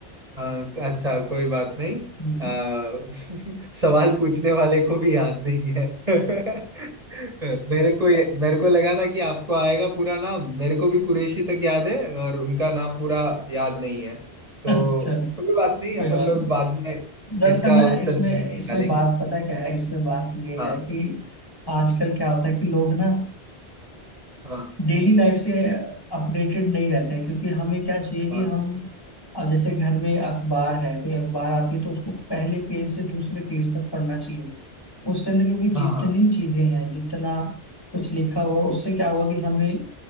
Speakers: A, on the right; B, on the left.
A: हाँ अच्छा कोई बात नहीं
B: हम्म।
A: अ, <laughs> सवाल पूछने वाले को भी याद नहीं है <laughs> मेरे को ये- मेरे को लगा था कि आपको आएगा पूरा नाम मेरे को भी कुरैशी तक याद है और उनका नाम पूरा याद नहीं है
B: <laughs>
A: तो
B: चलो
A: कोई बात
B: कोई
A: नहीं अपन
B: बात
A: लोग
B: नहीं
A: बाद में
B: दरअसल
A: इसका
B: ना
A: उत्तर
B: इसमें
A: जरूर निकालेंगे
B: इसमें बात पता क्या है इसमें बात ये
A: हाँ
B: है कि आजकल क्या होता है कि लोग ना
A: हाँ
B: डेली लाइफ से अपडेटेड नहीं रहते हैं क्योंकि हमें क्या चाहिए कि
A: हाँ
B: हम अब जैसे घर में अखबार है कोई अखबार आती है तो उसको पहले पेज से दूसरे पेज तक पढ़ना चाहिए उसके अंदर क्योंकि
A: हाँ
B: जितनी
A: हाँ
B: चीजें हैं जितना कुछ लिखा हुआ उससे क्या होगा कि हमें